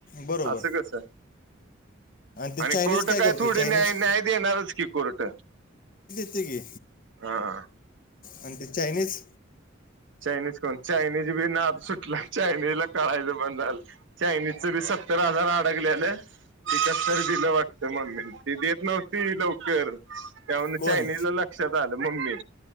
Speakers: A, on the left; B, on the right.
A: बरोबर
B: असं कसं
A: ते
B: आणि
A: चायनीज
B: कोर्ट काय
A: करते
B: थोडी
A: चायनीज
B: न्याय न्याय देणारच की कोर्ट
A: गी
B: हा
A: आणि ते चायनीज
B: चायनीज चायनीज बी नाद सुटला चायनीज ला कळायचं बंद झालं चायनीज च बी सत्तर हजार अडकल्याल ती कसतर दिलं वाटत मम्मी ती देत नव्हती लवकर त्यामुळ
A: कोण
B: चायनीज ला लक्षात आलं मम्मी